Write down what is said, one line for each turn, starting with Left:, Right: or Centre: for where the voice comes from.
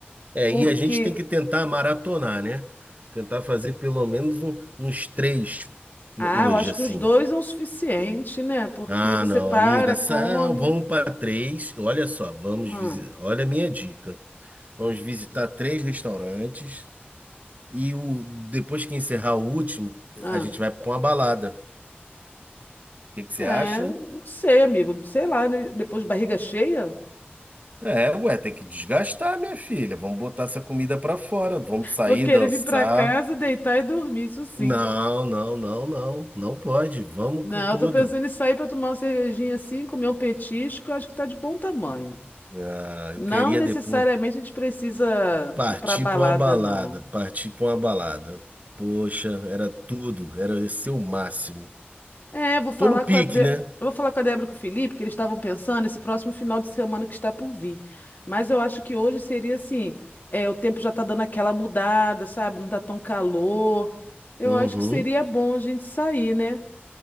Right: É,
Left: Porque,
Right: e a gente tem que tentar maratonar, né? Tentar fazer pelo menos um- uns três
Left: ah,
Right: hoje,
Left: eu acho
Right: assim.
Left: que os dois é o suficiente, né? Porque
Right: Ah,
Left: você
Right: não,
Left: para,
Right: amiga,
Left: come.
Right: sa- vamos para três. Olha só, vamos
Left: Hum,
Right: visitar. Olha a minha dica. Vamos visitar três restaurantes e o, depois que encerrar o último,
Left: Ah,
Right: a gente vai para uma balada. O que que você
Left: É,
Right: acha?
Left: não sei, amigo. Sei lá, né? Depois de barriga cheia,
Right: É, ué, tem que desgastar, minha filha. Vamos botar essa comida para fora. Vamos sair,
Left: vou querer
Right: dançar.
Left: vir pra casa, deitar e dormir, isso sim.
Right: Não, não, não, não. Não pode. Vamos
Left: Não,
Right: com tudo.
Left: eu tô pensando em sair pra tomar uma cervejinha assim, comer um petisco, eu acho que tá de bom tamanho.
Right: Ah,
Left: Não
Right: eu queria
Left: necessariamente
Right: depois
Left: a gente precisa
Right: partir
Left: ir pra balada,
Right: pra uma balada,
Left: não.
Right: partir pra uma balada. Poxa, era tudo, era esse o máximo.
Left: É, vou falar
Right: Tô no pique,
Left: com a De...
Right: né?
Left: eu vou falar com a Débora e com o Felipe, que eles estavam pensando nesse próximo final de semana que está por vir. Mas eu acho que hoje seria assim, é, o tempo já está dando aquela mudada, sabe? Não está tão calor. Eu
Right: Uhum.
Left: acho que seria bom a gente sair, né?